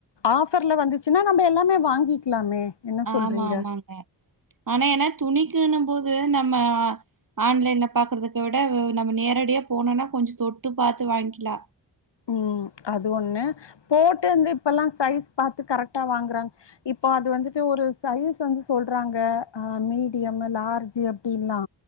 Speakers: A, on the left (about 75°); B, on the right (about 50°).
A: ஆஃபர்ல வந்துச்சுன்னா நம்ம எல்லாமே வாங்கிக்கலாமே என்ன சொல்றீங்க
B: ஆமா ஆமாங்க ஆனா ஏன்னா துணிக்குன்னும் போது நம்ம ஆன்லைன்ல பாக்குறத விட நம்ம நேரடியே போனோம்னா கொஞ்சோ தொட்டு பாத்து வாங்கிக்கலா
A: உம் அது ஒண்ணு போட்டு வந்து இப்பல்லாம் சைஸ் பாத்து கரெக்டா வாங்குறாங்க இப்போ அது வந்துட்டு ஒரு சைஸ் வந்து சொல்றாங்க அ மீடியம் லார்ஜு அப்டின்லா